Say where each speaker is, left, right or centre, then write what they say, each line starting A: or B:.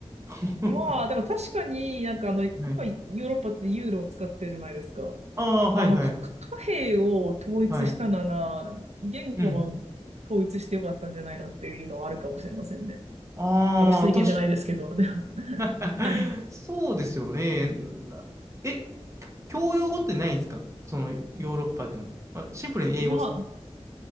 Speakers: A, on the right; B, on the right.
A: <laughs>
B: まあ、でも確かになんかあの、今、
A: はい。
B: ヨーロッパってユーロを使ってるじゃないですか。
A: ああ、はいはい。
B: あの、かか貨幣を統一したなら、
A: はい。
B: 言語も統一してよかったんじゃないのっていうのはあるかもしれませんね。
A: うん。ああ、
B: 私の意見じゃないですけど、
A: 確か、
B: でも、
A: <laughs>
B: はい。
A: そうですよね。なえ、教養語ってないんですかそのヨーロッパでの。あ、シンプルに英語ですか
B: いや、